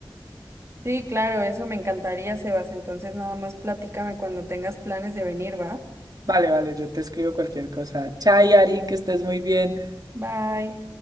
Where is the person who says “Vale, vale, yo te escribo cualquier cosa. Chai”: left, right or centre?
Right